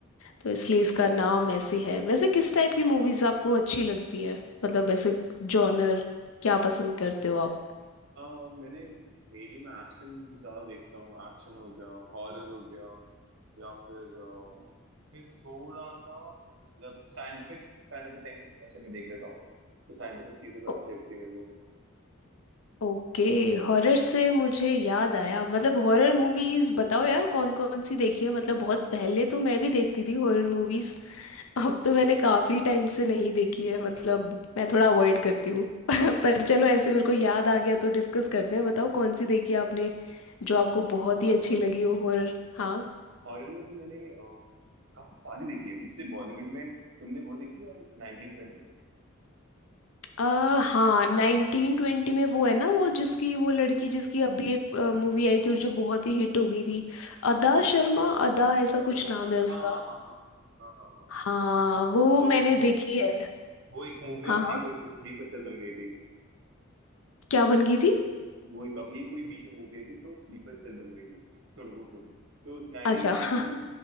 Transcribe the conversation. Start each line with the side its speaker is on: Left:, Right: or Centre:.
Left: तो इसलिए इसका नाम ऐसे है वैसे किस टाइप की मूवीज आपको अच्छी लगती है मतलब ऐसे जॉनर क्या पसंद करते हो आप
Right: अ, मैंने मेनली मैं एक्शन ज्यादा देखता हूँ एक्शन हो गया हॉरर हो गया या फिर अ, फिर थोड़ा सा मतलब साइंटिफिक काइंड ऑफ थिंग ऐसे मैं देख लेता हूँ तो साइंटिफिक चीजें भी अच्छी
Left: ओ-
Right: लगती है मेरे को
Left: ओके हॉरर से मुझे याद आया मतलब हॉरर मूवीज बताओ यार कौन कौन सी देखी है मतलब बहुत पहले तो मैं भी देखती थी हॉरर मूवीज अब तो मैंने काफी टाइम से नहीं देखी है मतलब मैं थोड़ा अवॉइड करती हूँ <laughs> पर चलो ऐसे मेरे को याद आ गया तो डिस्कस करते हैं बताओ कौन सी देखी आपने जो आपको बहुत
Right: हॉर
Left: ही अच्छी लगी हो हॉरर हाँ
Right: हॉरर में तो मैंने अ, काफी सारी देखी है जैसे बॉलीवुड में तुमने वो देखी है नाइनटीन ट्वेंटी
Left: आ, हाँ नाइनटीन ट्वेंटी में वो है ना वो जिसकी वो लड़की जिसकी अभी एक मूवी आई थी और जो बहुत ही हिट हो गई थी अदा शर्मा अदा ऐसा
Right: हाँ
Left: कुछ नाम है उसका
Right: हाँ हाँ हाँ हाँ हाँ हाँ
Left: हाँ वो
Right: वो
Left: मैंने
Right: वो,
Left: देखी है
Right: वो एक मूवी
Left: हाँ
Right: में स्लीपर
Left: हाँ
Right: स्लीपर सेल बन गई थी
Left: क्या बन गई थी
Right: वो एक अभी कोई बीच में मूवी आई थी उसमें वो स्लीपर सेल बन गई थी छोड़ो वो छोड़ो तो नाइनटीन
Left: अच्छा
Right: ट्वेंटी
Left: <laughs>